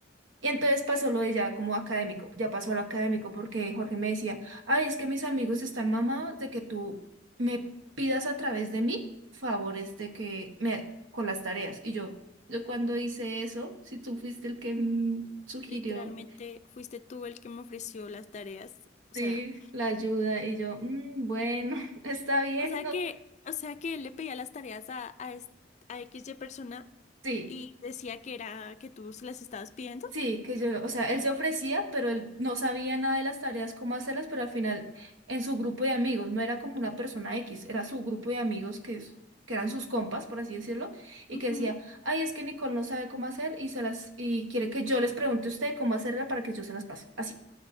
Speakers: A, on the right (about 85°); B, on the left (about 35°).
A: Y entonces pasó lo de ya como académico, ya pasó a lo académico porque Jorge me decía, ay, es que mis amigos están mamados de que tú me pidas a través de mí favores de que me con las tareas. Y yo, yo cuando hice eso, si tú fuiste el que mm, sugirió,
B: Literalmente fuiste tú el que me ofreció las tareas. O
A: sí,
B: sea,
A: la ayuda, y yo, "Mm, bueno, <laughs> está bien,
B: o sea
A: no,
B: que, o sea que él le pedía las tareas a, a, es- a XY persona
A: Sí,
B: y decía que era que tú se las estabas pidiendo.
A: Sí, que yo, o sea, él se ofrecía, pero él no sabía nada de las tareas, cómo hacerlas, pero al final en su grupo de amigos, no era como una persona X, era su grupo de amigos que, es- que eran sus compas, por así decirlo, y
B: Ujú.
A: que decía, ay, es que Nicole no sabe cómo hacer y se las, y quiere que yo les pregunte a usted cómo hacerla para que yo se las pase, así.